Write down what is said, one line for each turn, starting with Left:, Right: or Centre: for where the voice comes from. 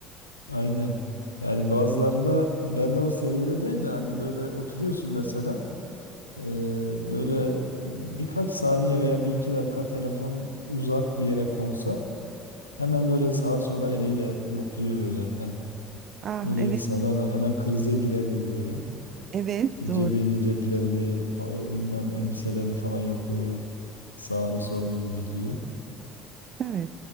Left: Aynen. Yani bazılarında ben de o seviyede değil de hani böyle oturuyorsun mesela Ee, böyle birkaç saniye veya bir iki dakika telefon uzak bir yere konsa hemen böyle sağa sola eliyle yokluyor böyle. Hani
Right: Ah
Left: öyle
Right: evet,
Left: insanlar var. Hemen krize girer gibi böyle.
Right: evet
Left: İşte
Right: doğru.
Left: cebini, ceplerini, pa- bilmem elbiselerini falan yokluyor. Sağını solunu didikliyor.
Right: Evet.